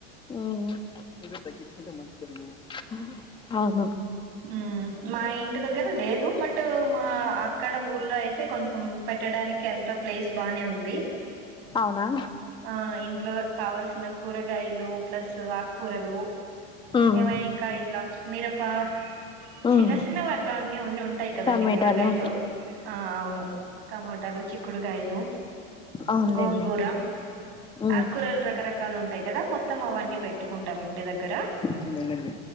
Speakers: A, on the left; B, on the right.
A: ఉహు <unintelligible> ఆహా
B: ఉమ్ మా ఇంటి దగ్గర లేదు బట్ మా ఆ అక్కడ ఊర్లో అయితే కొంచెం పెట్టడానికి అంత ప్లేస్ బానే ఉంది
A: అవునా
B: ఆ ఇంట్లో కావాల్సిన కూరగాయలు ప్లస్ ఆకుకూరలు
A: ఉమ్
B: ఎవైనా ఇంకా ఇట్లా మీరపా చిన్న
A: ఉమ్
B: చిన్న వాటిలన్ని ఉండి ఉంటాయి కదండి
A: టమాటాలు
B: కూరగాయలు ఆ అవును టమోటాలు చిక్కుడుకాయలు
A: అవునులేండి
B: గోంగూర
A: ఉమ్
B: ఆకూరల్ రకరకాలు ఉంటాయి కదా మొత్తం అవన్నీ పెట్టుకుంటాం ఇంటి దగ్గర
A: తిన్ననండి